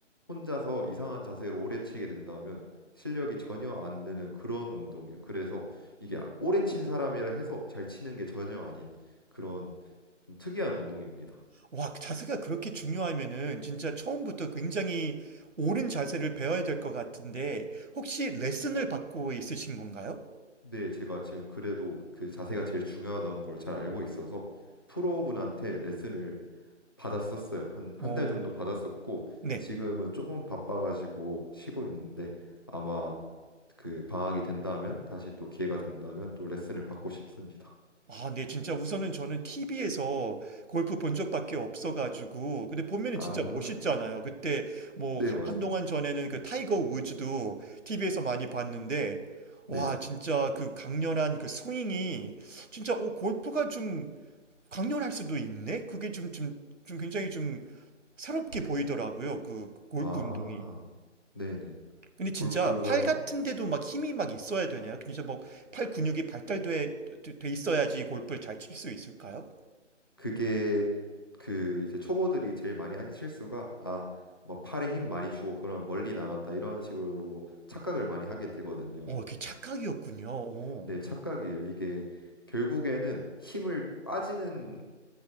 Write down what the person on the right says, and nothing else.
와, 자세가 그렇게 중요하면은 진짜 처음부터 굉장히 옳은 자세를 배워야 될 것 같은데, 혹시 레슨을 받고 있으신 건가요?
오,
네.
아, 네. 진짜 우선은 저는 TV에서 골프 본 적밖에 없어가지고. 근데 보면은
진짜 멋있잖아요. 그때 뭐
하-
한동안 전에는 그 타이거 우즈도 TV에서 많이 봤는데,
와, 진짜 그 강렬한 그 스윙이 진짜 어, 골프가 좀 강렬할 수도 있네? 그게 좀, 좀, 좀 굉장히 좀 새롭게 보이더라고요. 그 골프
운동이.
근데
진짜 팔 같은 데도 막 힘이 막 있어야 되냐? 그 진짜 막 팔 근육이 발달돼 돼- 있어야지 골프를 잘 칠 수 있을까요?
어, 그게 착각이었군요. 어.